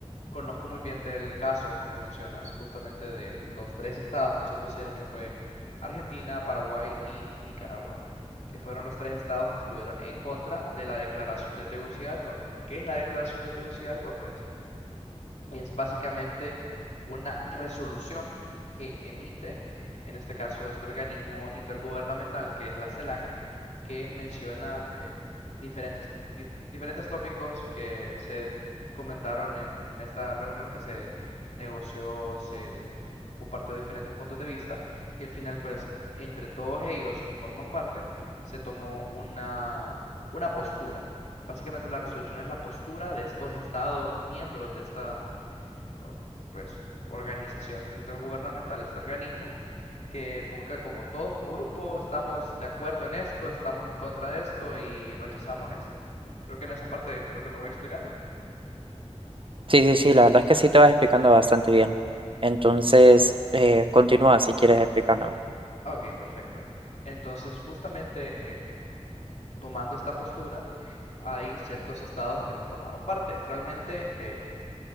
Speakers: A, on the left; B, on the right.
A: conozco muy bien del caso que mencionas, justamente de los tres estados que se opusieron, que fue Argentina, Paraguay y Nicaragua, que fueron los tres estados que estuvieron en contra de la declaración de Tegucigalpa. Pues, ¿qué es la declaración de Tegucigalpa? Pues es básicamente una resolución que emite, en este caso, este organismo intergubernamental que es la CELAC, que menciona eh, diferentes, di- diferentes tópicos que se comentaron en, en esta reunión, que se negoció, se compartió diferentes puntos de vista y al final, pues, entre todos ellos que forman parte, se tomó una, una postura. Básicamente la resolución es la postura de estos estados miembros de esta o, pues, organización intergubernamental, este organismo, que busca como todos como grupo, estamos de acuerdo en esto, estamos en contra de esto y rechazamos esto. Creo que en esa parte, creo que me voy explicando.
B: Sí, sí, sí, la verdad es que sí te vas explicando bastante bien. Entonces, eh, continúa si quieres explicándome.
A: Ah, Ok, perfecto. Entonces, justamente eh, tomando esta postura, hay ciertos estados que no formaron parte. Realmente, eh,